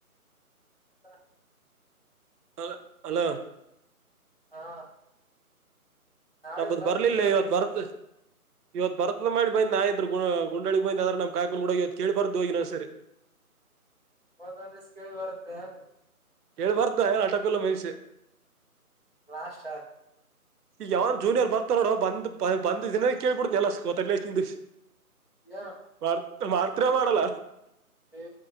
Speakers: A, on the left; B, on the right.
A: ಹಾ
B: ಅ ಅಲ
A: ಹಾ ನಾಳಿಗ್
B: ನಂಬದು
A: ಬರ್ತಿರ್ಕಲ್ಲ
B: ಬರ್ಲಿಲ್ಲ ಇವತ್ತು ಬರತ್ ಇವತ್ತು ಬರತ ಮಾಡಿ ಬಂದ್ ನಾ ಇದ್ರು ಗು ಗುಂಡಳಿ ಬಂದ್ ಅ್ರ ನಮ್ಮ ಕಕ ಕೂಡ ಇವತ್ತು ಕೇಳಿ ಬಾರ್ದು ಹೋಗಿ ನ್ ಸರಿ
A: <unintelligible>
B: ಕೇಳ್ಬಾರ್ದ ಏನ್ ಹಟಾಪಿಲ್ಲ ಮೆನ್ಷೆ
A: ಲಾಸ್ಟ್
B: ಈಗ ಯಾವನ ಜೂನಿಯರ್ ಬರ್ತ ನೋಡ ಬಂದ ಬಂದಿನ ಕೇಳ್ಬಿಡ್ತ ಎಲ್ಲ ಗೊ ಲಸ್ ನಿಂದಿ
A: ಏನ್
B: ಮಾಡ ಮಾಡ್ತರಾ ಮಾಡಲ್ಲ
A: ಏ